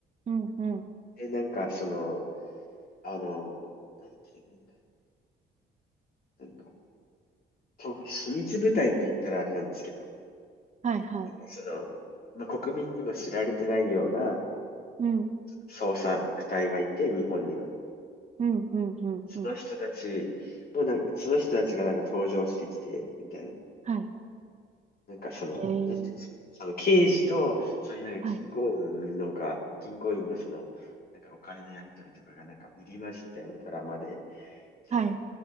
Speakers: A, on the right; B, on the left.
A: うんうん。
B: で、なんかその、あの、なんて言えばいいんだ。なんか、と秘密部隊って言ったらあれなんですけど、
A: はいはい。
B: その、まあ、国民にも知られてないような
A: うん、
B: 捜索隊がいて、日本にも。
A: うん、うん、うん、
B: その人たちもなんか、
A: うん。
B: その人たちがなんか登場してきて、みたいな。
A: はい。
B: なんかその、
A: えー、
B: なんていうんですか。その刑事と、そういうなんか銀行員のが、
A: はい、
B: 銀行員のその、なんかお金のやり取りとかがなんか入り混じったようなドラマで、なんか
A: はい。